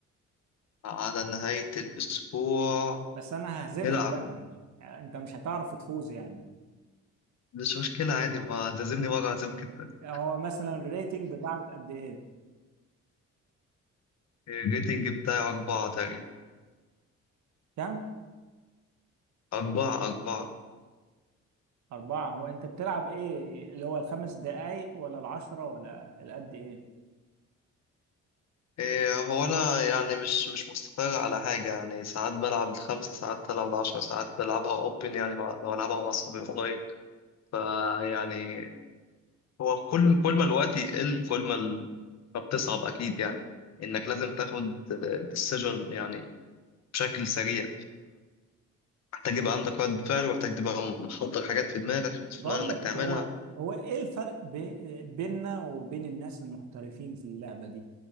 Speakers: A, on the left (about 60°); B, on the right (about 70°).
A: على نهاية الأسبوع
B: بس أنا ههزمك
A: نلعب
B: يعني يعني أنت مش هتعرف تفوز يعني
A: مش مشكلة عادي ما تعزمني مرة هعزمك التانية
B: هو مثلا الريتنج بتاعك قد ايه؟
A: الريتنج بتاعي أربعة تقريبا
B: كم؟
A: أربعة أربعة
B: أربعة هو أنت بتلعب ايه اللي هو الخمس دقايق ولا العشرة ولا القد ايه؟
A: إيه، هو أنا يعني مش مش مستقر على حاجة يعني ساعات بلعب الخمسة ساعات بلعب العشرة ساعات بلعبها أوبن يعني مع لو ألعبها مع أصحابي فيعني هو كل كل ما الوقت يقل كل ما ال- ما بتصعب أكيد يعني إنك لازم تاخد ديسيجن يعني بشكل سريع فمحتاج يبقى عندك رد فعل ومحتاج تبقى محضر حاجات في دماغك في
B: بقول
A: دماغك
B: لك
A: إنك تعملها
B: هو هو ايه الفرق بي- بيننا وبين الناس المحترفين في اللعبة دي